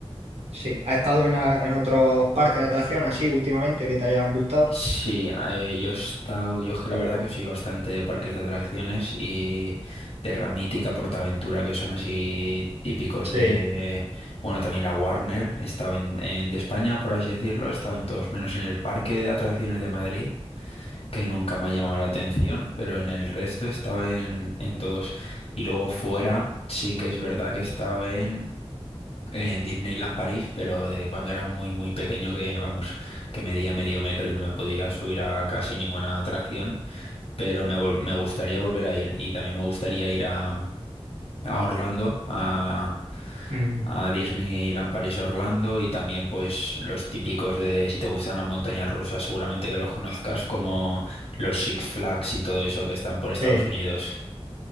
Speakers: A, on the right (about 75°); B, on the left (about 65°).
A: sí, ha estado en, a- en otros parques de atracciones así últimamente que te hayan gustado.
B: Sí, eh, yo he estado, yo es que la verdad que soy bastante de parques de atracciones y de Ramítica, Portaventura, que son así típicos de,
A: Sí.
B: bueno, también la Warner, estaba en, en- de España, por así decirlo, estaba en todos, menos en el Parque de Atracciones de Madrid, que nunca me ha llamado la atención, pero en el resto estaba en, en todos. Y luego fuera, sí que es verdad que estaba en en Disneyland París, pero de cuando era muy, muy pequeño, que vamos, que medía medio metro y no me podía subir a casi ninguna atracción, pero me, vol- me gustaría volver a ir y también me gustaría ir a, a Orlando, a,
A: Mm,
B: a Disneyland París Orlando y también pues los típicos de si te gustan las montañas rusas, seguramente que los conozcas como los Six Flags y todo eso que están por Estados
A: Sí.
B: Unidos.